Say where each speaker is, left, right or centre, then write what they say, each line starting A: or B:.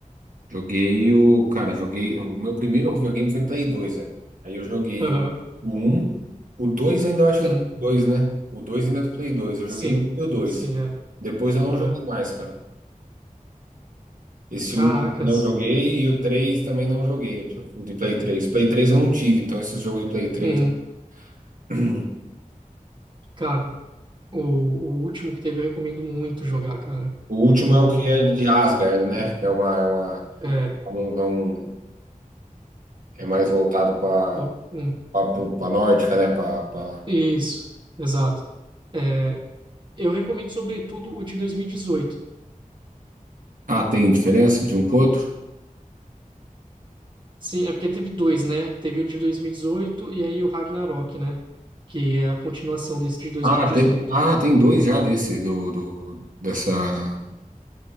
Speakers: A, on the right; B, on the right.
A: Joguei o. Cara, joguei. O meu primeiro videogame foi Play 2, velho. Aí eu joguei
B: Aham.
A: o, o 1. O 2 ainda eu acho
B: Uhum.
A: que é do Play 2, né? O 2 ainda é do Play dois Eu joguei
B: Sim.
A: o 1 e o 2.
B: Sim, é.
A: Depois eu não
B: Aham.
A: joguei mais, cara. Esse
B: Caracas.
A: último não joguei e o 3 também não joguei, o de Play três Play três eu não tive, então esses jogos de Play três
B: Uhum.
A: <clears throat>
B: Cara, o, o último que teve eu recomendo muito jogar, cara.
A: O último
B: O
A: é o que é de Asgard, né? Que é uma. É, uma,
B: É,
A: é um, é um- é mais voltado para
B: o- hum,
A: para nórdica, né? Para.
B: isso, exato. É, eu recomendo sobretudo o de dois mil e dezoito
A: Ah, tem diferença de um pro outro?
B: Sim, é porque teve dois, né? Teve o de dois mil e dezoito e aí o Ragnarok, né? Que é a continuação desse de 2018.
A: Ah, tem, ah, tem dois já desse, do, do, dessa,